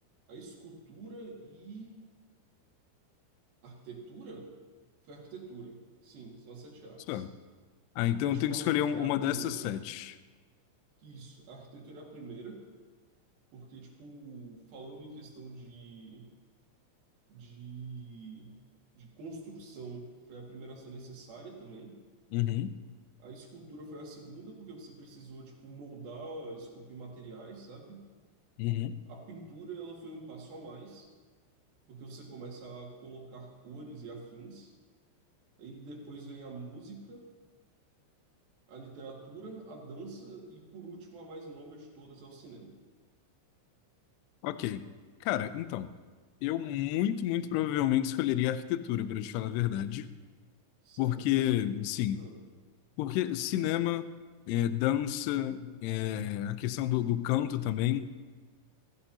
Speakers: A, on the right; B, on the left.
A: a escultura e a arquitetura? Foi a arquitetura. Sim, são as sete artes.
B: Sério. Ah, então
A: E, tipo,
B: eu tenho que
A: a
B: escolher
A: arquitetura
B: um- uma
A: é a primeira.
B: dessas sete.
A: Isso, a arquitetura é a primeira, porque, tipo, falando em questão de, de, de construção, foi a primeira a ser necessária também.
B: Uhum.
A: A escultura foi a segunda, porque você precisou, tipo, moldar, esculpir materiais, sabe?
B: Uhum.
A: A pintura, ela foi um passo a mais, porque você começa a colocar cores e afins. E depois vem a música, a literatura, a dança e, por último, a mais nova de todas, é o cinema.
B: Ok. Cara, então, eu muito, muito provavelmente escolheria arquitetura, para te falar a verdade.
A: Sério?
B: Porque, sim,
A: Ah.
B: porque cinema, é, dança, é, a questão do, do canto também.